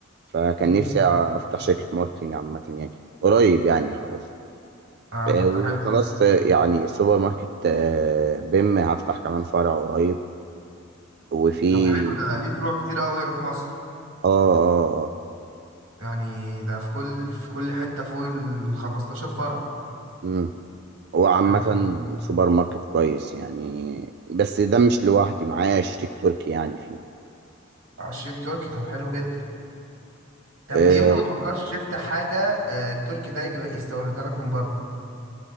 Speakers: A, on the right (about 50°); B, on the right (about 80°).
A: فكان
B: مم.
A: نفسي افتح شركه ماركتنج عامه يعني قريب يعني خلاص
B: اه
A: آه،
B: طب
A: وخلاص
B: ده حلو جدا
A: آه، يعني سوبر ماركت آه، بيم هفتح كمان فرع قريب وفي
B: طب حلو ده ليه فروع كتير قوي هنا في مصر
A: اه اه اه
B: يعني ده في كل في كل حتة فوق ال 15 فرع
A: مم. هو عامة
B: يعني
A: سوبر ماركت كويس يعني بس ده مش لوحدي معايا شريك تركي يعني فيه
B: شريك تركي طب حلو جدا طب
A: آه،
B: ليه ما بتفكرش تفتح حاجة آه، التركي ده يجي يستوردها لك من بره